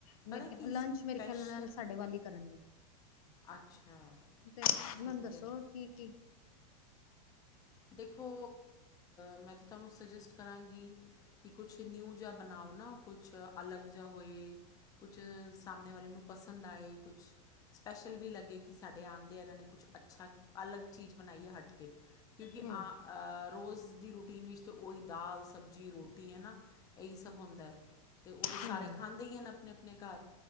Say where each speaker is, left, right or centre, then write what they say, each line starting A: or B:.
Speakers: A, on the left; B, on the left.
A: ਮੇਰੇ
B: ਪਤਾ
A: ਖ
B: ਕੀ
A: ਲੰਚ
B: ਸਪੈਸ਼ਲ
A: ਮੇਰੇ ਖਿਆਲ ਨਾਲ ਸਾਡੇ ਵੱਲ ਹੀ ਕਰਨਗੇ।
B: ਅੱਛਾ
A: ਤੇ
B: ਠੀਕ
A: ਮੈਨੂੰ ਦੱਸੋ
B: ਹੈ
A: ਕੀ-ਕੀ
B: ਦੇਖੋ ਮੈਂ ਤਾਂ ਤੁਹਾਨੂੰ ਸੁਜੈਸਟ ਕਰਾਂਗੀ ਕਿ ਕੁਛ ਨਿਊ ਜਾ ਬਣਾਓ ਨਾ ਕੁਛ ਅਲੱਗ ਜਾ ਹੋਏ ਕੁਛ ਸਾਹਮਣੇ ਵਾਲਿਆਂ ਨੂੰ ਪਸੰਦ ਆਏ ਕੁਛ ਸਪੈਸ਼ਲ ਵੀ ਲੱਗੇ ਕਿ ਸਾਡੇ ਆਂਦੇ ਆ ਇਹਨਾਂ ਨੇ ਕੁਛ ਅੱਛਾ ਅਲੱਗ ਚੀਜ਼ ਬਣਾਈ ਐ ਹਟ ਕੇ ਕਿਉਂਕਿ
A: ਹੂੰ
B: ਆ ਰੋਜ਼ ਦੀ ਰੂਟੀਨ ਵਿੱਚ ਤਾਂ ਉਹੀ ਦਾਲ ਸਬਜ਼ੀ ਰੋਟੀ ਹੈ ਨਾ ਇਹੀ ਸਭ ਹੁੰਦਾ। ਅਤੇ ਉਹ ਤਾਂ ਸਾਰੇ
A: ਹੂੰ
B: ਖਾਂਦੇ ਹੀ ਹੈ ਆਪਣੇ ਆਪਣੇ ਘਰ